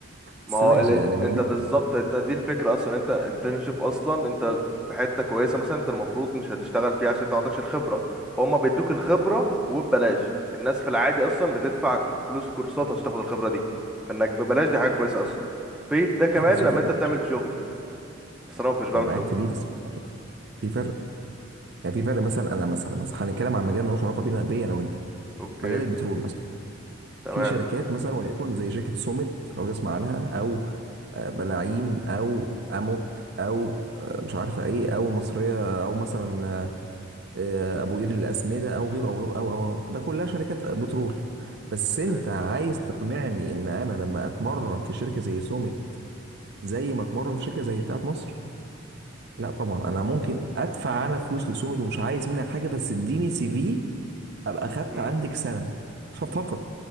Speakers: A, in the centre; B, on the right (about 60°).
A: ما
B: بس
A: هو
B: ماشي
A: ال-
B: يعني بيديك
A: انت بالظبط انت دي الفكرة اصلا انت انترنشيب اصلا انت في حتة كويسة مثلا انت المفروض مش هتشتغل فيها عشان انت ما عندكش الخبرة فهم بيدوك الخبرة وببلاش الناس في العادي اصلا بتدفع فلوس كورسات عشان تاخد الخبرة دي فانك ببلاش دي حاجة كويسة اصلا paid ده كمان
B: لا بس في
A: لما
B: فرق
A: انت بتعمل
B: انا شفت
A: شغل بس انا ما كنتش بعمل
B: انا معاك
A: شغل
B: في دي بس في فرق في فرق يعني في فرق مثلا انا مثلا مثلا هنتكلم عن مجال ملوش علاقه بينا بيا انا وانت
A: اوكي
B: مجال البترول مثلا
A: تمام
B: في شركات مثلا وليكن زي شركه سوميد لو تسمع عنها او آه، بلاعيم او اموك او آه، مش عارفه ايه او مصريه او مثلا آه، آه، ابو قير للاسمده او غيره او غيره او او أو. ده كلها شركات بترول بس
A: اوكي
B: انت عايز تقنعني ان انا لما اتمرن في شركه زي سوميد زي ما اتمرن في شركه زي بتاعت مصر لا طبعا انا ممكن ادفع انا فلوس لسوميد ومش عايز منها حاجه بس اديني سي في ابقى خدت
A: امم
B: عندك سنه فقط